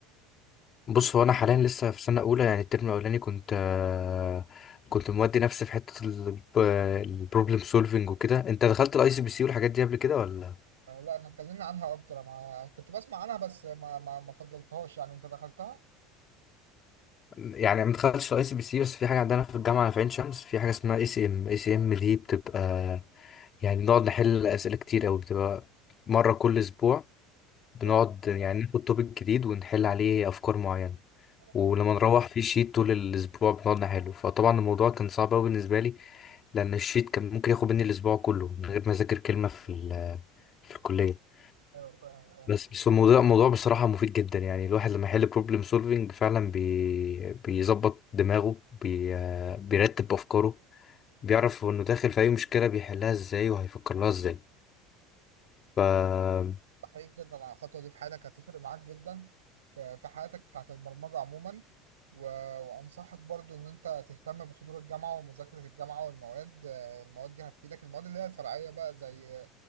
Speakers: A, on the left; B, on the right.
A: بص هو انا حاليا لسه في سنه اولى يعني الترم الاولاني كنت آه، كنت مودي نفسي في حته البروبلم سولفنج وكده انت دخلت الاي سي بي سي والحاجات دي قبل كده ولا
B: آه، لا ما اتكلمنا عنها اكتر ما كنت بسمع عنها بس ما ما ما فضلتهاش يعني انت دخلتها
A: يعني ما دخلتش الاي سي بي سي بس في حاجه عندنا في الجامعه في عين شمس في حاجه اسمها اي سي ام اي سي ام دي بتبقى يعني بنقعد نحل اسئله كتير قوي بتبقى مره كل اسبوع بنقعد
B: اه
A: يعني ناخد توبيك جديد ونحل عليه افكار معينه ولما
B: ايوه
A: نروح في شيت طول الاسبوع بنقعد نحله فطبعا الموضوع كان صعب قوي بالنسبه لي لان الشيت كان ممكن ياخد مني الاسبوع كله من غير ما اذاكر كلمه في ال- في الكليه
B: ايوه فاهم فاهم
A: بس بس الموضوع الموضوع بصراحه مفيد جدا يعني الواحد لما يحل بروبلم سولفينج فعلا بي بيظبط دماغه بي آه، بيرتب افكاره بيعرف انه داخل في اي مشكله بيحلها ازاي وهيفكر لها ازاي ف
B: بحييك جدا على الخطوة دي في حياتك هتفرق معاك جدا في في حياتك بتاعت البرمجة عموما و... وأنصحك برضو إن أنت تهتم بحضور الجامعة ومذاكرة الجامعة والمواد آه، المواد دي هتفيدك المواد اللي هي الفرعية بقى زي